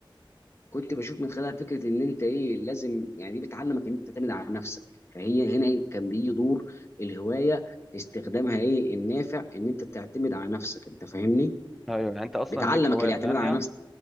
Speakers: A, on the left; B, in the centre.
A: كنت بشوف من خلالها فكره ان انت ايه لازم يعني دي بتعلمك ان انت تعتمد على نفسك فهي هنا إيه، كان بيجي دور الهوايه في استخدامها ايه النافع ان انت تعتمد على نفسك انت فاهمني
B: ايوه يعني انت اصلا
A: بتعلمك
B: ليك هوايه
A: الاعتماد
B: تانية
A: على نفسك